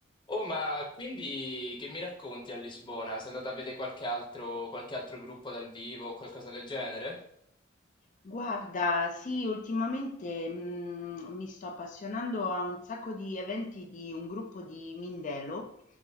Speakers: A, on the left; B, on the left.
A: Oh, ma quindi che mi racconti a Lisbona? Sei andato a vedere qualche altro, qualche altro gruppo dal vivo o qualcosa del genere?
B: Guarda, sì, ultimamente mh, mi sto appassionando a un sacco di eventi di un gruppo di Mindelo,